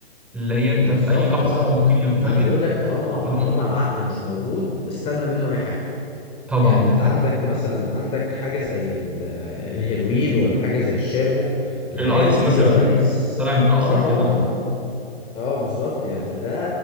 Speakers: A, in the centre; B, on the left.
A: اللي هي انت
B: بالظبط
A: في اي لحظة
B: اه
A: ممكن ينفجر
B: ما انا بقول لك طالما
A: اه
B: طالما العقل مش موجود استنى منه اي حاجه
A: طبعا
B: يعني انت عندك مثلا عندك حاجة زي ال- الهيروين ولا حاجة زي الشابو الحاجات
A: فالايس
B: دي
A: مثلا
B: يا ريس
A: طلع متأخر
B: اه طبعا
A: كده
B: اه بالظبط يعني ده